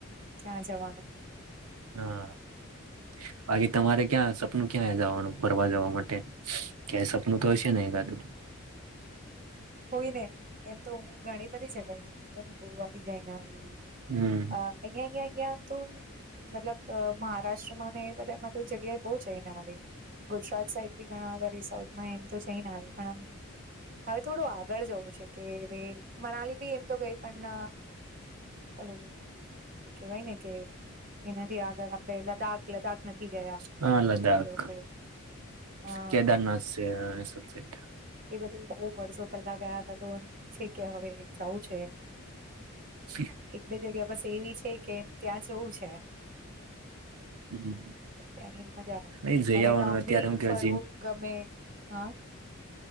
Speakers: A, on the right; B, on the right.
A: ત્યાં જવાનું બી.
B: હા બાકી તમારે ક્યાં સપનું ક્યાં જવાનું ફરવા જવા માટે. ક્યાય સપનું તો હશે ને એ ગાદું.
A: હોય ને એમ તો હું ઘણી બધી જગ્યાએ ગોવા બી જઈ ને આવી.
B: હમ.
A: હા અહીયાં અહીંયા અહયા તો. મતલબ અ મહારાષ્ટ્ર માં ને એ બધેય મા તો જગ્યાએ બહુ જઈ ને આવી. ગુજરાત સાઈડ બી ઘણા બધા રિસોર્ટમાં એમ તો જઈને આવે પણ આમ. હવે થોડું આગળ જવું છે કે વે મનાલી બી એમ તો ગઈ પણ હલો. કેવાય ને કે એનાથી આગળ આપડણેે લદ્દાખ લદ્દાખ નથી ગયા.
B: હા લદ્દાખ
A: અમે લોકો હા
B: કેદારનાથ સે સબ સાઈટ.
A: એ બધી બઉ વર્ષો પેલા ગયા હતા તો છે કે હવે જાવું છે.
B: જી.
A: એક બે જગ્યા બસ એવી છે કે ત્યાં જવું છે.
B: હમ
A: તની મજા આવે
B: એ જઈ
A: મને
B: આવવાનું
A: તો આમ
B: અત્યારે
A: બી
B: હું કે
A: ફરવું
B: જીમ
A: ગમે હા.